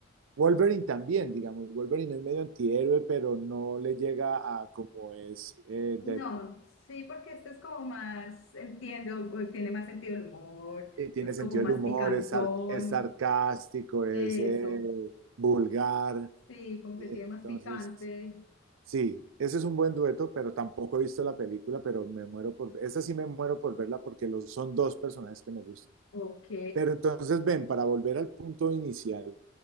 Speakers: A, on the right; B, on the left.
A: Wolverine también, digamos, Wolverine es medio antihéroe, pero no le llega a como es eh,
B: No,
A: Deadpool.
B: sí, porque este es como más, entiendo, pues, tiene más sentido el humor,
A: Eh, tiene
B: es
A: sentido
B: como más
A: del humor,
B: picantón,
A: es, sar- es sarcástico, es
B: eso,
A: eh, vulgar.
B: sí, como
A: Eh,
B: que tiene más
A: entonces,
B: picante.
A: sí, ese es un buen dueto, pero tampoco he visto la película, pero me muero por, esa sí me muero por verla porque los, son dos personajes que me gustan.
B: Ok,
A: Pero entonces, ven, para volver al punto inicial,